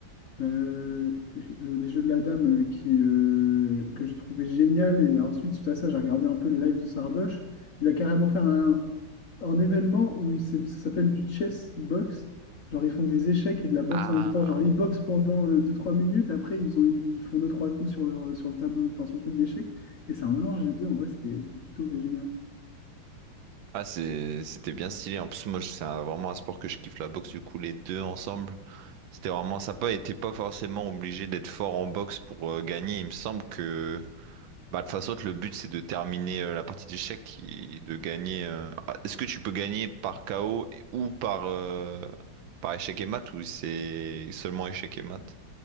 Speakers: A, on the left; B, on the right.
A: le- le- les jeux de la dame euh, qui, euh, que j'ai trouvé génial. Et ensuite, suite à ça, j'ai regardé un peu les lives de Sardoche. Il a carrément fait un, un événement où c'est- ça s'appelle du chess box. Genre, ils font des échecs et de la boxe
B: Ah,
A: en même temps. Genre, ils boxent pendant euh, deux trois minutes. Après, ils ont, une- ils font deux trois coups sur leur, euh, sur le tableau, enfin, sur le truc d'échecs. Et c'est un mélange des deux. En vrai, c'était c'était plutôt original.
B: ah c'est- c'était bien stylé. En plus, moi, c'est un- vraiment un sport que je kiffe, la boxe, du coup, les deux ensemble. C'était vraiment sympa et t'es pas forcément obligé d'être fort en boxe pour euh, gagner. Il me semble que bah, de toute façon, le but c'est de terminer euh, la partie d'échecs et de gagner. euh, ah, Est-ce que tu peux gagner par KO et- ou par, euh, par échec et mat ou c'est seulement échec et mat?